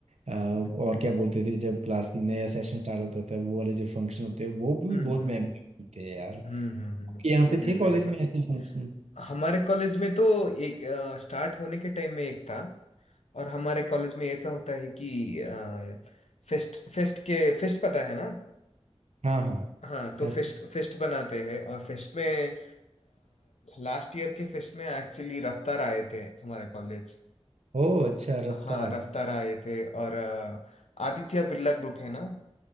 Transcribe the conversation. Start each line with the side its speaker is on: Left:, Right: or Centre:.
Right: अ, और क्या बोलते थे जब क्लास की नया सेशन स्टार्ट होता था वो वाले जो फंक्शन होते हैं वो भी
Left: हम्म
Right: बहुत
Left: हम्म
Right: मेमोरेबल थे यार
Left: हम्म हम्म,
Right: आपके
Left: हम्म, हम्म,
Right: यहाँ
Left: वो
Right: पे
Left: भी
Right: थे
Left: सही
Right: कॉलेज
Left: बात
Right: में ऐसे फंक्शंस
Left: हमारे कॉलेज में तो ए, अ, स्टार्ट होने के टाइम में एक था और हमारे कॉलेज में ऐसा होता है कि अ, फेस्ट फेस्ट के फेस्ट पता है ना
Right: हाँ हाँ
Left: हाँ तो
Right: फेस्ट
Left: फेस्ट फेस्ट बनाते हैं और फेस्ट में लास्ट ईयर के फेस्ट में एक्चुअली रफ्तार आए थे हमारे कॉलेज
Right: ओ अच्छा रफ्तार
Left: हाँ रफ्तार आए थे और अ, आदित्य बिरला ग्रुप है ना